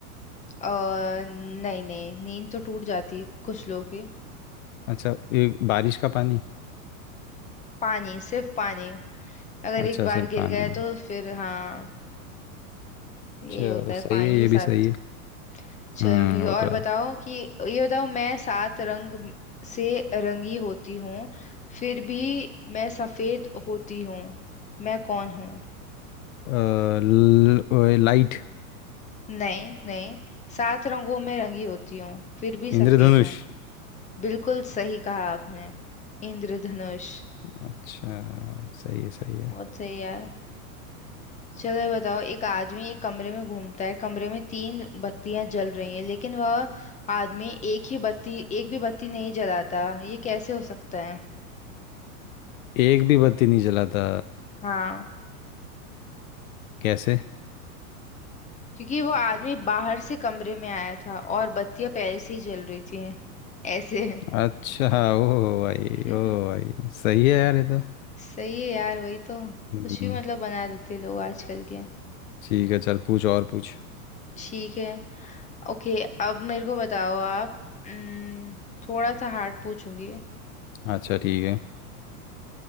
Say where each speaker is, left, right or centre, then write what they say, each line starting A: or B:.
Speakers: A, on the left (about 15°); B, on the left (about 65°).
A: और नहीं नहीं नींद तो टूट जाती है कुछ लोगों की
B: अच्छा एक बारिश का पानी
A: पानी सिर्फ पानी अगर
B: अच्छा
A: एक बार
B: सिर्फ
A: गिर
B: पानी
A: गए तो फिर हाँ यही
B: चलो
A: होता
B: सही
A: है पानी
B: है ये
A: के साथ
B: भी सही है
A: चलो
B: हम्म
A: ठीक है
B: वो
A: और
B: तो
A: बताओ
B: है
A: कि ये बताओ मैं सात रंग म- से रंगी होती हूँ फिर भी मैं सफेद होती हूँ मैं कौन हूँ
B: अ, ल- अ, लाइट
A: नहीं नहीं सात रंगों में रंगी होती हूँ फिर भी सफेद
B: इंद्रधनुष
A: हूँ बिल्कुल सही कहा आपने इंद्रधनुष
B: अच्छा सही है सही है
A: बहुत सही यार चलो ये बताओ एक आदमी एक कमरे में घूमता है कमरे में तीन बत्तियां जल रही हैं लेकिन वह आदमी एक ही बत्ती एक भी बत्ती नहीं जलाता ये कैसे हो सकता है
B: एक भी बत्ती नहीं जलाता
A: हाँ
B: कैसे
A: क्योंकि वो आदमी बाहर से कमरे में आया था और बत्तियां पहले से ही जल रही थी ऐसे
B: अच्छा ओ भाई
A: <laughs>
B: ओ भाई सही है यार ये तो
A: सही है यार वही तो कुछ
B: हम्म
A: भी मतलब बना देते हैं लोग आजकल के
B: ठीक है चल पूछ और पूछ
A: ठीक है ओके अब मेरे को बताओ आप उम्म, थोड़ा सा हार्ड पूछूंगी
B: अच्छा ठीक है